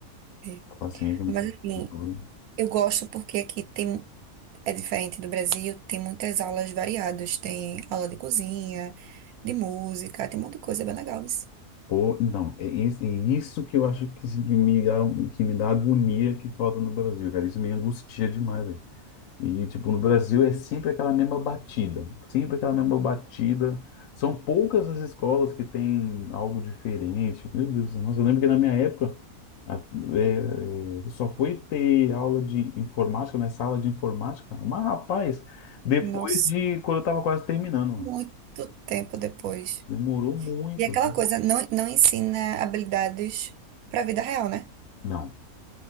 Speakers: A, on the right; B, on the left.
A: É.
B: A Paciente, muito,
A: Mas assim,
B: muito-
A: eu gosto porque aqui tem, é diferente do Brasil, tem muitas aulas variadas. Tem aula de cozinha, de música, tem um monte de coisa bem legal. mas,
B: Pô, então, é, is- é isso que eu acho que, se- que me dá, que me dá agonia que falta no Brasil, cara. Isso me angustia demais, velho. E, tipo, no Brasil é sempre aquela mesma batida, sempre aquela mesma batida. São poucas as escolas que têm algo diferente. Meu Deus, nossa, eu lembro que na minha época a- é, é, só foi ter aula de informática, né? Sala de informática. Mas, rapaz, depois
A: Nossa,
B: de quando eu tava quase terminando,
A: muito
B: mano.
A: tempo depois.
B: Demorou muito.
A: E aquela coisa não, não ensina habilidades para a vida real, né?
B: Não.